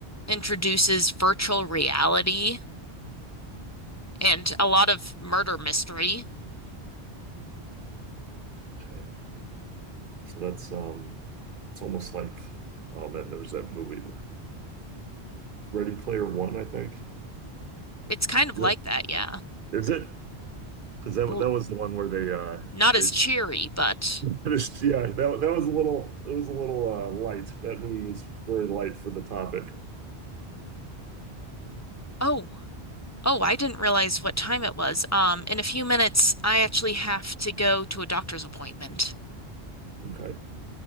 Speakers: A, on the left; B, on the right.
A: introduces virtual reality and a lot of murder mystery.
B: Okay. So that's um it's almost like oh man, there's that movie Ready Player One, I think.
A: It's kind of
B: Yep.
A: like that, yeah.
B: Is it? Because that
A: L-
B: that was the one where they uh
A: Not as
B: they
A: cheery, but
B: finished yeah, that that was a little it was a little uh light. That movie was very light for the topic.
A: oh, oh, I didn't realize what time it was. Um, in a few minutes, I actually have to go to a doctor's appointment.
B: Okay,